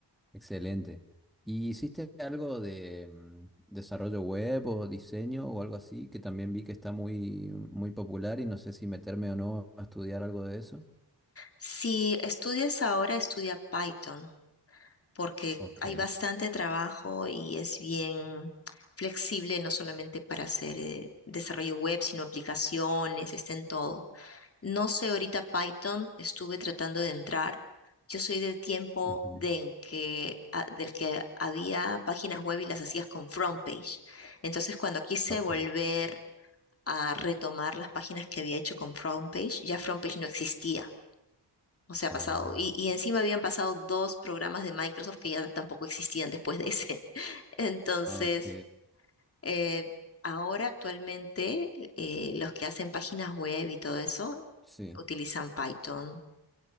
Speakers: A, in the centre; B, on the left.
A: Excelente. ¿Y hiciste algo de mm, desarrollo web o diseño o algo así? Que también vi que está muy, muy popular y no sé si meterme o no a estudiar algo de eso.
B: Si estudias ahora, estudia Python, porque
A: Ok.
B: hay bastante trabajo y es bien flexible, no solamente para hacer eh, desarrollo web, sino aplicaciones, está en todo. No sé ahorita Python, estuve tratando de entrar. Yo soy del tiempo
A: ujú,
B: de en que, a- del que había páginas web y las hacías con front page. Entonces, cuando quise
A: Ok.
B: volver a retomar las páginas que había hecho con front page, ya front page no existía. O sea, ha pasado.
A: Ah,
B: Y, y encima habían pasado dos programas de Microsoft que ya tampoco existían después de ese. <laughs> Entonces,
A: ah, ok.
B: eh, ahora actualmente eh, los que hacen páginas web y todo eso
A: Sí.
B: utilizan Python,